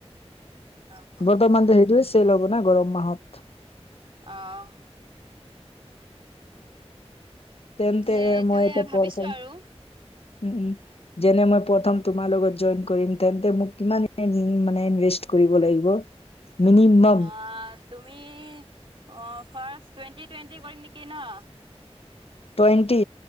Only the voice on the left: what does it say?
বৰ্তমানতো সেইটোৱে চেল হ'ব না গৰম মাহত।
তেন্তে
মইতে এতিয়া
<unintelligible> উম উম। যেনে মই প্ৰথম তোমাৰ লগত জইন্ট কৰিম তেন্তে মোক কিমান খিনি ইনভেষ্ট কৰিব লাগিব। মিনিমাম
টুৱেণ্টি